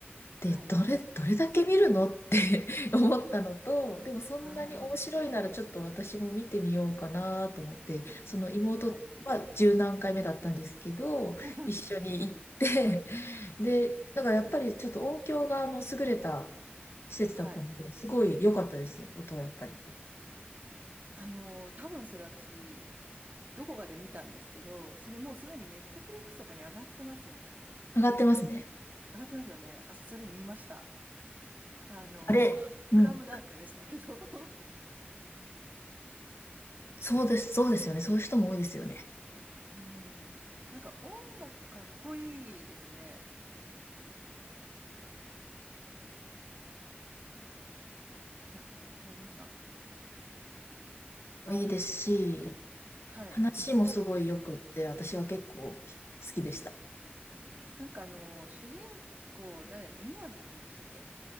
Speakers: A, on the left; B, on the right.
A: で、
B: あはい。
A: どれ、どれだけ見るのって <laughs> 思ったのと、でもそんなに面白いならちょっと私も見てみようかなと思って、
B: あ
A: その妹は十何回目だったんですけど、
B: あ。はい。<laughs>
A: 一緒に行って、<laughs> で、だからやっぱりちょっと音響があの優れた施設だったので、
B: はい。
A: すごい良かったです、音はやっぱり。
B: あのー多分それ私、どこかで見たんですけど、それもうすでにネットフリックスとかに上がってますよね。
A: 上がってますね。
B: 上がってますよね。あ、それ見ました。あの、
A: あれ、
B: 初スラムダンクでしたけど。
A: うん。
B: <laughs>
A: そうです、そうですよね。そういう人も多いですよね。
B: うん。なんか音楽かっこいいですね。あ、めぐみさん。
A: いいですし、
B: はい。
A: 話もすごい良くって、私は結構好きでした。
B: なんかあの、主人公、誰、宮城くんでしたっけ